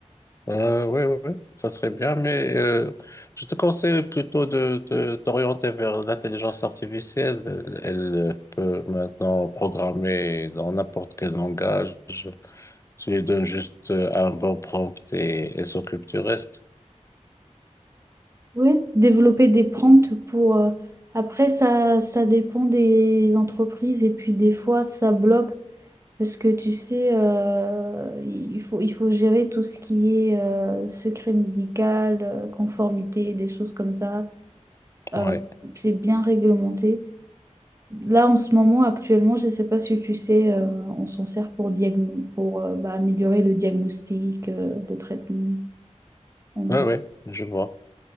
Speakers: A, on the left; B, on the right.
A: Euh, oui, oui, oui, ça serait bien, mais euh, je te conseille plutôt de, de t'orienter vers l'intelligence artificielle. Elle, elle peut maintenant programmer dans n'importe quel langage. Tu lui donnes juste euh, un bon prompt et elle s'occupe du reste.
B: Oui, développer des prompts pour... euh, Après, ça, ça dépend des entreprises et puis des fois, ça bloque parce que tu sais, euh, il faut, il faut gérer tout ce qui est euh, secret médical, euh, conformité, des choses comme ça. Euh,
A: Oui,
B: c'est bien réglementé. Là, en ce moment, actuellement, je ne sais pas si tu sais, euh, on s'en sert pour, diagno- pour euh, bah, améliorer le diagnostic, euh, le traitement. On,
A: oui, oui, je vois.